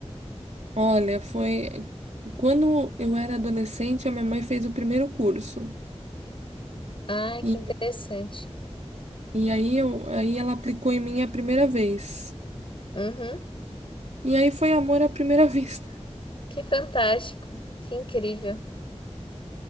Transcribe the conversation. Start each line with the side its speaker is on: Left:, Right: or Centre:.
Right: Olha, foi quando eu era adolescente, a minha mãe fez o primeiro curso.
Left: Ai,
Right: E,
Left: que interessante.
Right: e aí, eu, aí ela aplicou em mim a primeira vez.
Left: Uhum.
Right: E aí foi amor à primeira <laughs> vista.
Left: Que fantástico. Que incrível.